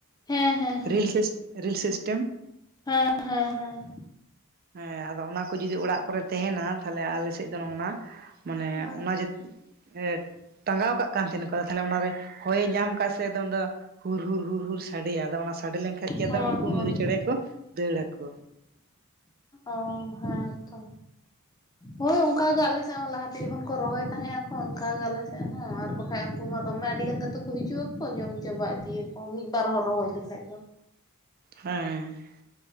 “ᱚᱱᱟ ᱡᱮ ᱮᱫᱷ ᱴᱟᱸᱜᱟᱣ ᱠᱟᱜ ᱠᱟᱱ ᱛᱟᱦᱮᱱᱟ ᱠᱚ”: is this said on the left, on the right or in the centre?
Right